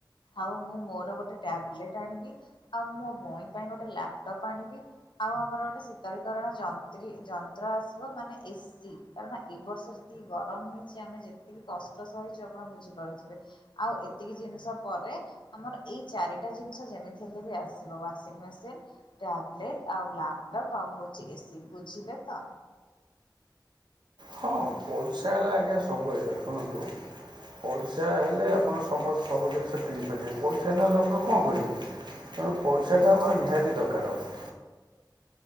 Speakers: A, on the left; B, on the right.
A: ଆଉ ମୁଁ ମୋର ଗୋଟେ ଟ୍ୟାବଲେଟ ଆଣିବି। ଆଉ ମୋ ଭଉଣୀ ପାଇଁ ଗୋଟେ ଲାପଟପ୍ ଆଣିବି। ଆଉ ଆମର ଗୋଟେ ଶୀତଳୀକରଣ ଯନ୍ତ୍ରୀ ଯନ୍ତ୍ର ଆସିବ, ମାନେ ଏ ଶୀ କାରଣ ଏଇ ବର୍ଷ ଯେତିକି ଗରମ ହେଇଛି ଆମେ ଯେତିକି କଷ୍ଟ ସହିଛୁ ଆପଣ ବୁଝିପାରୁଥିବେ। ଆଉ ଏତିକି ଜିନିଷ ପରେ ଆମର ଏଇ ଚାରିଟା ଜିନିଷ ଯେମିତି ହେଲେ ବି ଆସିବ ୱାଂସିଂମେସିନ, ଟ୍ୟାବଲେଟ୍ ଆଉ ଲାପଟପ୍ ଆଉ ହେଉଛି ଏସି ବୁଝିଲେ ତ।
B: ହଁ ପଇସା ହେଲା ଆଜ୍ଞା ସବୁ ଆସିବ। ଶୁଣନ୍ତୁ ପଇସା ହେଲେ ଆପଣ ସମସ୍ତ ସବୁ ଜିନିଷ କିଣିପାରିବେ ପଇସା ନହେଲେ ଆପଣ କଣ କରିବେ। ତେଣୁ ପଇସା ଟା ଆମର ନିହାତି ଦରକାର ହବ।